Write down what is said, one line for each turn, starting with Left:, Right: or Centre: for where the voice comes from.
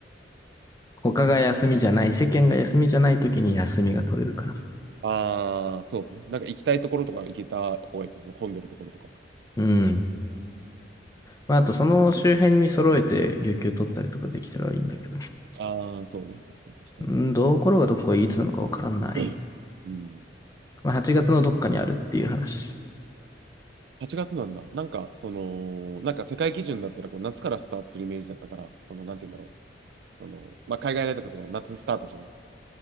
Left: 他が休みじゃない、世間が休みじゃない時に休みが取れるから。
Right: ああ、そうですね。なんか行きたいところとか行けた方がいいですね。その混んでるところとか。
Left: うん。まあ、あとその周辺に揃えて有給取ったりとかできたらいいんだけど。
Right: ああ、そうね。確かに確かに。
Left: うん、どうころがどこがいつなのかわからない。
Right: <laughs> うん。うん
Left: まあ、8月のどっかにあるっていう話。
Right: 8月なんだ。なんか、その、なんか世界基準だったら、こう、夏からスタートするイメージだったから、その、なんて言うんだろう。その、まあ、海外だとか、その、夏スタートじゃん。